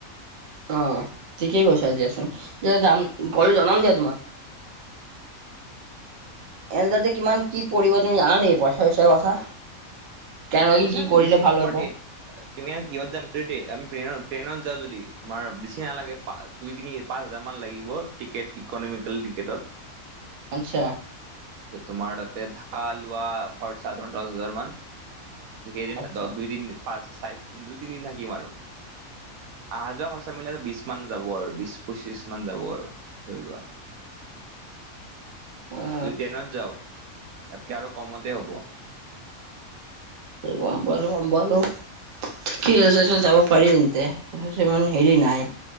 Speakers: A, on the right; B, on the right.
A: অ ঠিকেই কৈছা দিয়া চোন, যাম গলে জনাম দিয়া তোমাক। এনে তাতে কিমান কি পৰিব তুমি জানা নেকি পইচা পইচাৰ কথা কেনে লাগি
B: পইচা
A: কি
B: পাতি
A: কৰিলে
B: বেছি
A: ভাল
B: তোমাৰ
A: হ'ব।
B: ট্ৰেইন তুমি আও কিহত তেদি আমি টেইনত ট্ৰেইনত যাও যদি তোমাৰ বেছি নালাগে দুই তিনি পাঁচ হাজাৰ মান লাগিব টিকেট ইকনমিকেলি টিকেটত
A: আচ্ছা
B: তাৰপাছত তোমাৰ তাতে ধাকা লোৱা খৰচাত দশ হাজাৰ মান ত কেইদিন
A: আচ্ছা
B: দহ, দুই দিন, পাঁচ চাৰে দুই তিনি দিন থাকি আৰু আহা যোৱা খৰচা মিলায় বিশ মান যাব আৰু বিশ পঁচিশ মান যাব আৰু ধৰি লোৱা
A: উম
B: যদি ট্ৰেনত যাও ইয়াতকে আৰু কমতে হ'ব
A: গম পালোঁ গম পালোঁ ঠিকেইে আছে যাব পাৰি তেন্তে পইচা চইচা ইমান হেৰি নাই